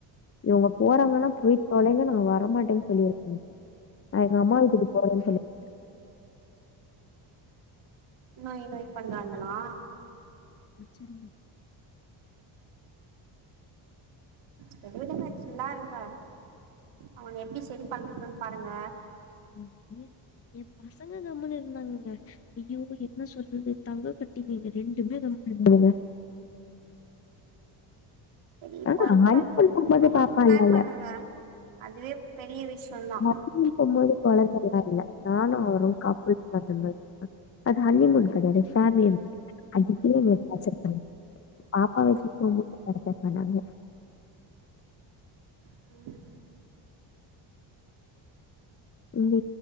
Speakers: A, on the left; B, on the right.
A: இவங்க போறாங்கன்னா போய் தொலைங்க நாங்க வரமாட்டேன்னு சொல்லிருக்கணு எங்கம்மா வீட்டுக்கு போறன்னு சொல்லிருக்க
B: நொய் நொய் பண்றாங்களா
A: வச்சுருவோ
B: சரி விடுங்க சில்லா இருங்க அவன எப்டி செரி பண்றன்னு பாருங்க
A: எ பைய எ பசங்க கம்முன்ன இருந்தாங்கங்க ஐயோ என்ன சொல்றது தங்ககட்டிங்கங்க ரெண்டுமே கம்முனு இருக்கு
B: சரி இப்போ
A: ஆ
B: இருக்கிற
A: ஹனிமூன் போம்போது
B: டூருக்கு
A: பாப்பாலா
B: ப்ளான்
A: இல்ல
B: பண்ணுங்க அதுவே பெரிய விஷயந்தா
A: ஹனிமூன் போம்போது குழந்தையல்லா இல்ல நானு அவரு கப்புள்ஸ் <unintelligible> அது ஹனிமூன் கடையாது பேமலி மூன் அதுக்கே இவ்ளோ டார்ச்சர் பண் <inaudible> பாப்பா வச்சுட்டு <unintelligible> பண்ணாங்க
B: ம்
A: உங்க